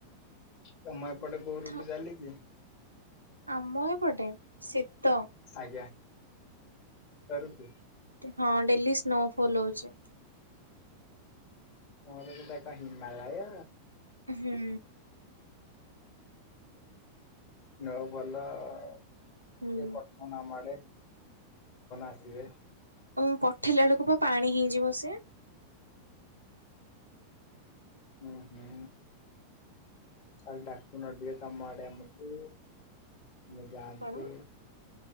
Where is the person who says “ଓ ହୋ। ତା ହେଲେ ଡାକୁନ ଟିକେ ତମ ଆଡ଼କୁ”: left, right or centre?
Left